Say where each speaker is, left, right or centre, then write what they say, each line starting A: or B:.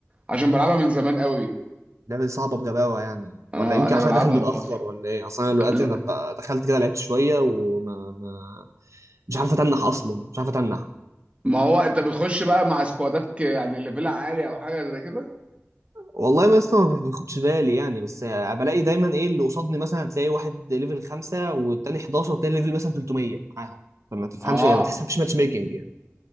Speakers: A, on the right; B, on the right.
A: عشان بلعبها من زمان قوي
B: اللعبه دي صعبه بغباوه يعني
A: اه
B: ولا يمكن
A: انا
B: عشان
A: بلعبها
B: أنا داخل متاخر
A: من فتره
B: ولا ايه اصل انا دلوقتي
A: لا،
B: انا بقى دخلت كده لعبت شويه وما ما مش عارف اتنح اصلا مش عارف اتنح
A: ما هو انت بتخش بقى مع سكوادات ك- يعني ليفلها عالي او حاجه زي كده
B: والله ما لسه ما باخدش بالي يعني بس بلاقي دايما ايه اللي قصادني مثلا تلاقي واحد ليفل خمسة والتاني 11 وتلاقي ليفل مثلا 300 معاهم فما تفهمش
A: اه
B: هي ما تحسبش ماتش ميكنج يعني